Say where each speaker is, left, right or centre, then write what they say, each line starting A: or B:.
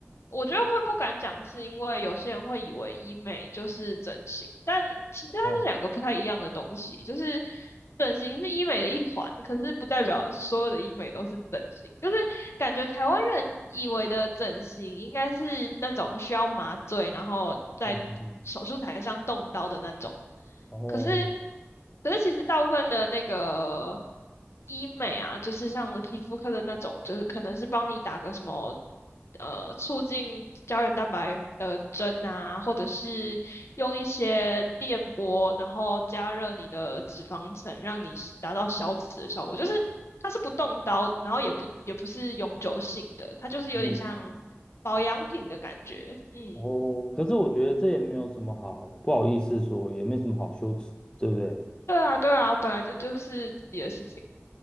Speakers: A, on the left; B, on the left.
A: 我觉得会不敢讲，是因为有些人会以为医美就是整形，但其实它是两个不太一样的东西，
B: 嗯
A: 就是整形是医美的一环，可是不代表所有的医美都是整形，就是感觉台湾人以为的整形应该是那种需要麻醉，然后在手术台上动刀的那种。
B: 嗯嗯，哦
A: 可是，可是其实大部分的那个医美啊，就是像皮肤科的那种，就是可能是帮你打个什么呃促进胶原蛋白的针啊，或者是用一些电波，然后加热你的脂肪层，让你达到消脂的效果。就是它是不动刀，然后也不也不是永久性的，它就是有点像保养品的感觉。
B: 嗯
A: 嗯，
B: 哦，可是我觉得这也没有什么好不好意思说，也没什么好羞耻，对不对？
A: 对啊，对啊，本来这就是自己的事情。